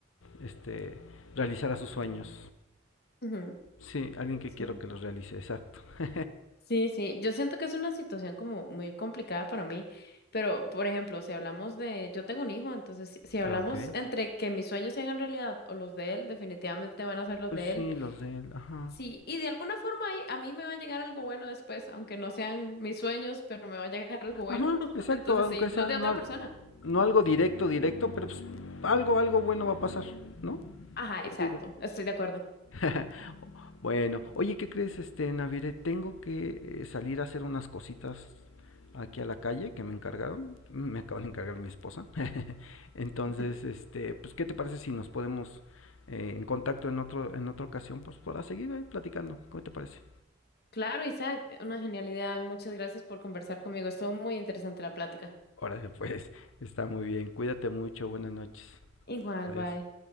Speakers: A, on the left (about 80°); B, on the left (about 55°).
A: este, realizará sus sueños.
B: ujú,
A: Sí, alguien que
B: Sí.
A: quiero que los realice, exacto. <laughs>
B: Sí, sí, yo siento que es una situación como muy complicada para mí, pero por ejemplo, si hablamos de, yo tengo un hijo, entonces si si hablamos
A: ah, ok.
B: entre que mis sueños se hagan realidad o los de él, definitivamente van a ser los
A: Pues
B: de
A: sí,
B: él.
A: los de él, ajá.
B: Sí, y de alguna forma ahí a mí me va a llegar algo bueno después, aunque no sean mis sueños, pero me va a llegar algo bueno.
A: Ajá,
B: <laughs>
A: exacto,
B: Entonces
A: aunque
B: sí,
A: sea
B: los de
A: no,
B: otra persona.
A: no algo directo, directo, pero pues algo, algo bueno va a pasar, ¿no?
B: Ajá,
A: Yo
B: exacto,
A: digo.
B: estoy de acuerdo.
A: <laughs> Bueno, oye, ¿qué crees, este, Navire? Tengo que eh, salir a hacer unas cositas aquí a la calle que me encargaron. <laughs> Me acaban de encargar mi esposa. <laughs> Entonces,
B: <laughs>
A: este, pues, ¿qué te parece si nos podemos eh, en contacto en otro, en otra ocasión, pues, para seguir ahí platicando? ¿Cómo te parece?
B: Claro, Isaac, una genialidad. Muchas gracias por conversar conmigo. Estuvo muy interesante la plática.
A: Órale, pues, está muy bien. Cuídate mucho. Buenas noches.
B: Igual,
A: Adiós.
B: bye.